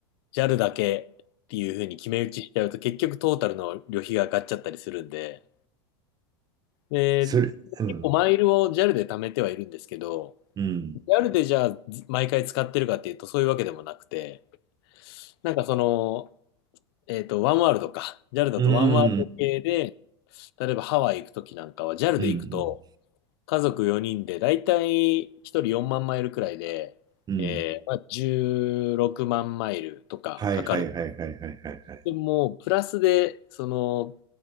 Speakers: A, on the left; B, on the right.
A: JAL だけっていうふうに決め打ちしちゃうと、結局トータルの旅費が上がっちゃったりするんで、で、
B: それ、うん。
A: 結構マイルを JAL で貯めてはいるんですけど、
B: うん。
A: JAL でじゃあず毎回使ってるかっていうと、そういうわけでもなくて、なんかその、えっと、ワンワールドか。JAL だとワンワールド系で、
B: うん。
A: 例えばハワイ行く時なんかは JAL
B: うん。
A: で行くと、家族4人で、だいたい1人4万マイルくらいで、
B: うん。
A: えーまあ、16万マイルとかかかる。
B: はいはいはいはいはいはい。
A: でも、プラスで、その、